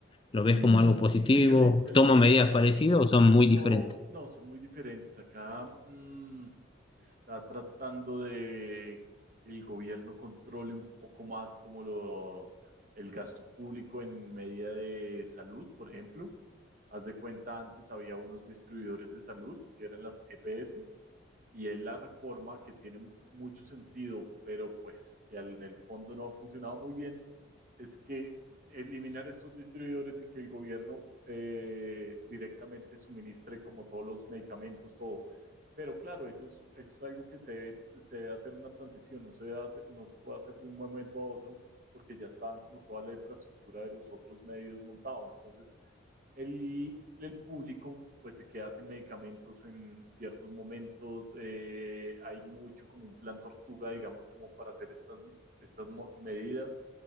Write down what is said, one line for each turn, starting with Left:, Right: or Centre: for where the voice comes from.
Left: ¿Lo ves
Right: Mm,
Left: como algo positivo?
Right: yo le, yo le
Left: ¿Toma
Right: entiendo,
Left: medidas parecidas o son muy
Right: no,
Left: diferentes?
Right: no, son muy diferentes. Acá mm, está tratando de que el gobierno controle un poco más como lo, el gasto público en medida de salud, por ejemplo. Haz de cuenta, antes había unos distribuidores de salud que eran las EPS y es la reforma que tiene mucho sentido, pero pues que al- en el fondo no ha funcionado muy bien, es que eliminar estos distribuidores y que el gobierno eh, directamente suministre como todos los medicamentos, todo. Pero claro, eso es, eso es algo que se debe, se debe hacer una transición, no se, debe hacer- no se puede hacer de un momento a otro porque ya estaban como toda la infraestructura de los otros medios montado. Entonces, el, el público pues se queda sin medicamentos en ciertos momentos. eh, hay mucho como un plan tortuga, digamos, como para hacer estas, estas mo- medidas